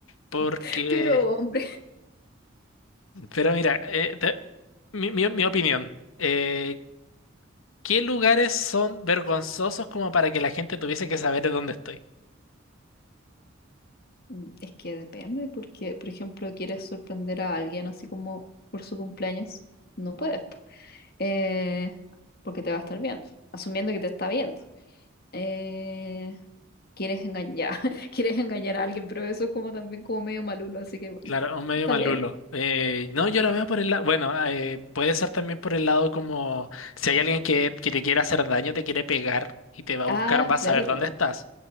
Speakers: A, on the left (about 85°); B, on the left (about 50°).
A: Porque,
B: <laughs> Pero, hombre,
A: pero mira, eh, te- mi, mi- mi opinión, eh, ¿qué lugares son vergonzosos como para que la gente tuviese que saber de dónde estoy?
B: Mm, Es que depende, porque, por ejemplo, quieres sorprender a alguien así como por su cumpleaños, no puedes, po. Eh, porque te va a estar viendo, asumiendo que te está viendo. eh, quieres engañar, <laughs> quieres engañar a alguien, pero eso es como también como medio malulo, así que bueno,
A: Claro, un medio
B: está
A: malulo.
B: bien.
A: Eh, no, yo lo veo por el lado, bueno, eh, puede ser también por el lado como si hay alguien que, que te quiere hacer daño, te quiere pegar y te va a
B: Ah,
A: buscar, va a saber
B: claro, también.
A: dónde estás.